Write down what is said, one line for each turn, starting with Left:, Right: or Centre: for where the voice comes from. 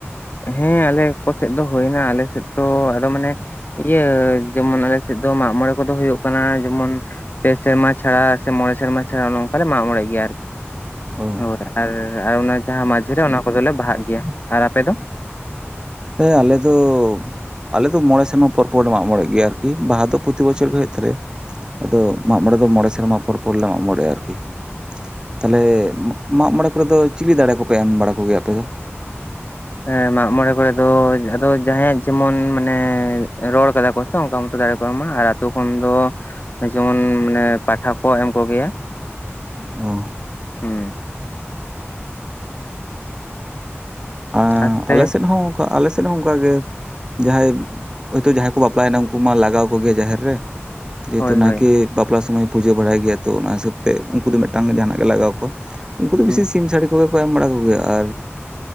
Left: ᱦᱮᱸ ᱟᱞᱮ ᱠᱚ ᱥᱮᱫ ᱫᱚ ᱦᱩᱭᱱᱟ ᱟᱞᱮᱥᱮᱫ ᱛᱚ ᱟᱫᱚ ᱢᱟᱱᱮ ᱤᱭᱟᱹ ᱡᱮᱢᱚᱱ ᱟᱞᱮᱫ᱾ ᱥᱮᱫ ᱫᱚ ᱢᱟᱜ ᱢᱚᱬᱮ ᱠᱚᱫᱚ ᱦᱩᱭᱩᱜ ᱠᱟᱱᱟ ᱡᱮᱢᱚᱱ᱾ ᱯᱮ ᱥᱮᱨᱢᱟ ᱪᱷᱟᱲᱟ ᱥᱮ ᱢᱚᱬᱮ ᱥᱮᱨᱢᱟ ᱪᱷᱟᱲᱟ ᱱᱚᱝᱠᱟ ᱞᱮ ᱢᱟᱜ ᱢᱚᱲᱮᱜ ᱜᱮᱭᱟ ᱟᱨᱠᱤ᱾
Right: ᱚ
Left: ᱦᱳᱭ ᱟᱨ ᱚᱱᱟ ᱡᱟᱦᱟᱸ ᱢᱟᱡᱷᱮ ᱨᱮ ᱚᱱᱟ ᱠᱚᱫᱚᱞᱮ ᱵᱟᱦᱟᱜ ᱜᱮᱭᱟ ᱟᱨ ᱟᱯᱮ ᱫᱚ᱾
Right: ᱦᱮᱸ ᱟᱞᱮ ᱫᱚ᱾ ᱟᱞᱮᱚ ᱢᱚᱬᱮ ᱥᱮᱱᱢᱟ ᱯᱚᱨ ᱯᱚᱨ ᱞᱮ ᱢᱟᱜ ᱢᱚᱬᱮᱜ ᱜᱮᱭᱟ ᱟᱨᱠᱤ ᱵᱟᱦᱟ ᱫᱚ ᱯᱚᱛᱤ ᱵᱚᱪᱷᱚᱨ ᱜᱮ ᱦᱩᱭᱩᱜ ᱛᱟᱞᱮᱭᱟ᱾ ᱟᱫᱚ ᱢᱟᱜ ᱢᱚᱬᱮ ᱫᱚ ᱢᱚᱬᱮ ᱥᱮᱨᱢᱟ ᱯᱚᱨ ᱯᱚᱨ ᱞᱮ ᱢᱟᱜ ᱢᱚᱬᱮᱜᱼᱟ ᱟᱨᱠᱤ᱾ ᱛᱟᱞᱦᱮ ᱢᱟᱜ ᱢᱚᱬᱮ ᱠᱚᱨᱮ ᱫᱚ ᱪᱤᱞᱤ ᱫᱟᱲᱮ ᱠᱚᱯᱮ ᱮᱢ ᱵᱟᱲᱟ ᱠᱚᱜᱮᱭᱟ ᱟᱯᱮ ᱫᱚ᱾
Left: ᱮ ᱢᱟᱜᱢᱚᱲᱮ ᱠᱚᱨᱮ ᱫᱚ ᱡᱟᱦᱟᱸ ᱡᱟᱦᱟᱸᱭᱟᱜ ᱡᱮᱢᱚᱱ ᱢᱟᱱᱮ ᱨᱚᱲ ᱠᱟᱫᱟ ᱠᱚ᱾ ᱚᱱᱠᱟ ᱢᱚᱛᱚ ᱫᱟᱲᱮ ᱠᱚ ᱮᱢᱟ ᱟᱨ ᱟᱛᱩ ᱠᱷᱚᱱ ᱫᱚ ᱡᱮᱢᱚᱱ ᱢᱟᱱᱮ ᱯᱟᱴᱷᱟ ᱠᱚ ᱮᱢ ᱠᱚᱜᱮᱭᱟ᱾
Right: ᱚ
Left: ᱦᱩᱸ
Right: ᱟᱸ
Left: ᱟᱯᱮ
Right: ᱟᱞᱮ ᱥᱮᱫ ᱦᱚᱸ ᱚᱱᱠᱟ ᱟᱞᱮ ᱥᱮᱫ ᱦᱚᱸ ᱚᱱᱠᱟᱜᱮ᱾ ᱡᱟᱦᱟᱸᱭ ᱦᱚᱭᱛᱳ ᱡᱟᱦᱟᱸᱭ ᱠᱚ ᱵᱟᱯᱞᱟᱭᱱᱟ ᱩᱱᱠᱩ ᱢᱟ ᱞᱟᱜᱟᱣ ᱠᱚᱜᱮ ᱡᱟᱦᱮᱨ ᱨᱮ᱾ ᱡᱮ
Left: ᱦᱳᱭ
Right: ᱦᱮᱛᱩ ᱱᱟᱭᱠᱮ
Left: ᱦᱳᱭ
Right: ᱵᱟᱯᱞᱟ ᱥᱚᱢᱚᱭ᱾ ᱯᱩᱡᱟᱹ ᱵᱟᱲᱟᱭ ᱜᱮᱭᱟ ᱛᱚ ᱚᱱᱟ ᱦᱤᱥᱟᱹ ᱛᱮ ᱩᱱᱠᱩ ᱫᱚ ᱢᱤᱫᱴᱟᱝ ᱡᱟᱦᱟᱱᱟᱜ ᱜᱮ ᱞᱟᱜᱟᱣ ᱠᱚᱣᱟ ᱩᱱᱠᱩ ᱫᱚ
Left: ᱦᱩᱸ
Right: ᱵᱤᱥᱤ ᱥᱤᱢ ᱥᱟᱹᱲᱤ᱾ ᱠᱚᱜᱮ ᱠᱚ ᱮᱢ ᱵᱟᱲᱟ ᱟᱨ᱾